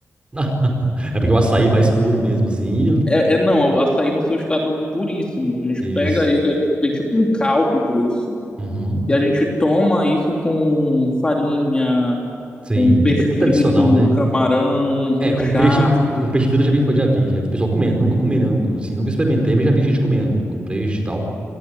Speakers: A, on the right; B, on the left.
A: Não. É porque o açaí é mais puro mesmo, assim. e eu-
B: É, é não, é o açaí no seu estado puríssimo. A gente
A: Isso.
B: pega ele, é- tem tipo um caldo grosso,
A: Uhum.
B: e a gente toma isso com farinha,
A: Sim,
B: com peixe
A: bem, tra- bem
B: frito,
A: tradicional, né?
B: camarão,
A: É,
B: com
A: com
B: charque.
A: peixe, com peixe frito eu já vi, já vi, já vi pessoal comendo. Nunca comi, não, assim, nunca experimentei, mas já vi gente comendo, com peixe e tal,